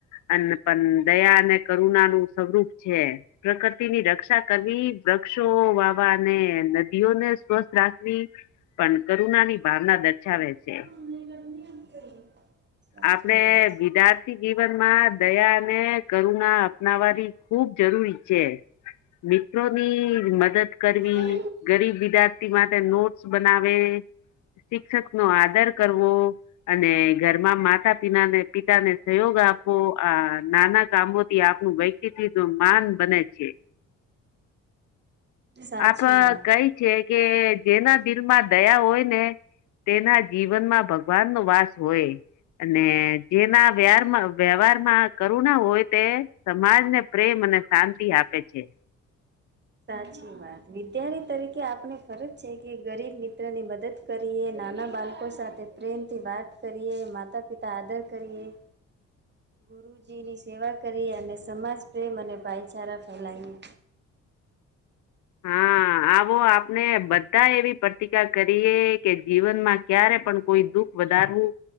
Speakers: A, on the left (about 75°); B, on the right (about 35°).
A: અને પણ દયા અને કરુણા નું સ્વરૂપ છે. પ્રકૃતિની રક્ષા કરવી વૃક્ષો વાવા અને નદીઓને સ્વસ્થ રાખવી. પણ કરુણા ની ભાવના દર્શાવે છે.
B: <unintelligible> સાચી
A: આપણે
B: વાત
A: વિદ્યાર્થી જીવનમાં દયા અને કરુણા. પનાવાની ખૂબ જરૂરી છે મિત્રોની મદદ કરી
B: છે
A: ગરીબ વિદાર્થી માટે નોટ્સ બનાવે. શિક્ષક નો આદર કરવો અને ઘર. એ માતા પિના ને પિતા ને સહયોગ આપવો આ નાના કામો થી આપનું વ સ્ન માન બને છે.
B: સાચી
A: આપ
B: વાત.
A: કઈ છે કે જેના દિલમાં દયા હોય ને. તેના જીવનમાં ભગવાન નો વાસ હોય. અને જેના વ્યાર વ્યવહાર માં કરું ના હોય તે સમાજને. પ્રેમ અને શાંતિ આપે છે.
B: સાચી વાત વિદ્યાર્થી તરીકે આપને ફરજ છે કે ગરીબ મિત્ર ની મદદ. કરીએ નાના બાળકો સાથે પ્રેમથી વાત કરીએ માતા પિતા આદર કરીએ <inaudible> ગુરુજીની સેવા કરી અને સમાજપ્રેેમ અને ભાઈચારા ફેલાવી.
A: હા આવો આપને બધા એવી પ્રતિકા કરીએ કે જીવનમાં ક્યારે પણ કોઈ દુઃખ વધારવું.